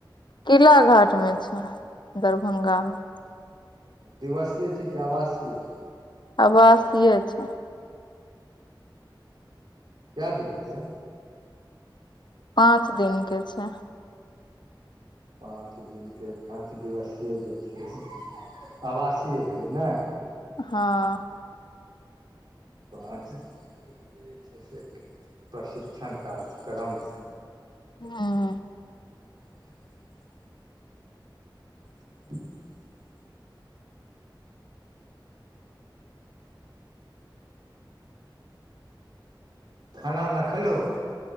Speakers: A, on the left; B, on the right.
A: किला घाटमे छै दरभंगामे
B: दिवसीय छै कि आवासीय
A: आबासीय छै
B: कै दिन के
A: पाँच दिन के छै
B: पाँच दिनके पाँच दिवसीय जे छै आवासीय भेलै ने
A: हँ
B: पाँच दिन के <unintelligible> जे छै से प्रशिक्षण कार्यक्रम
A: हूंम्म
B: <inaudible> <inaudible> खाना उना खेलहो